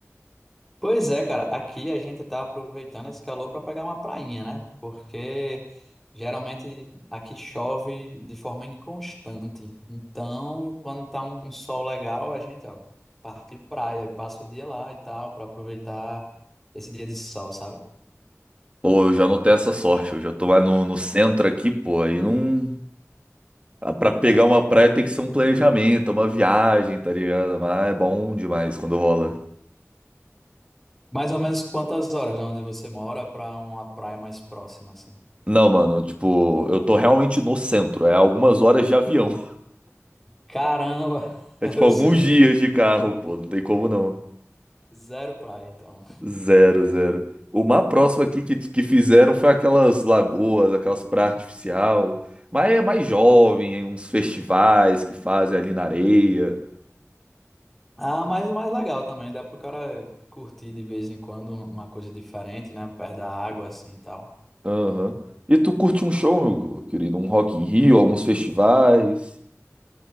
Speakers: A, in the centre; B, on the right.
A: Pois é, cara, aqui a gente tá aproveitando esse calor para pegar uma prainha, né? Porque geralmente aqui chove de forma inconstante. Então, quando tá um sol legal, a gente, ó, partiu praia e passa o dia lá e tal, para aproveitar esse dia de sol, sabe?
B: Pô, eu já não tenho essa sorte. Eu já tô lá no, no centro aqui, pô. Aí não. ah, Pra pegar uma praia tem que ser um planejamento, uma viagem, tá ligado? Mas é bom demais quando rola.
A: Mais ou menos quantas horas de onde você mora para uma praia mais próxima, assim?
B: Não, mano, tipo, eu tô realmente no centro. É algumas horas de avião. <laughs>
A: Caramba!
B: É
A: <laughs>
B: tipo
A: Ou
B: alguns
A: seja,
B: dias de carro, pô. Não tem como não.
A: zero praia, então.
B: Zero, zero. O mais próximo aqui que, que fizeram foi aquelas lagoas, aquelas praias artificial. Mas é mais jovem, hein, uns festivais que fazem ali na areia.
A: Ah, mas mais legal também, dá pro cara curtir de vez em quando uma coisa diferente, né? Perto da água, assim e tal.
B: Aham. E tu curte um show, meu querido? Um Rock in Rio, alguns festivais?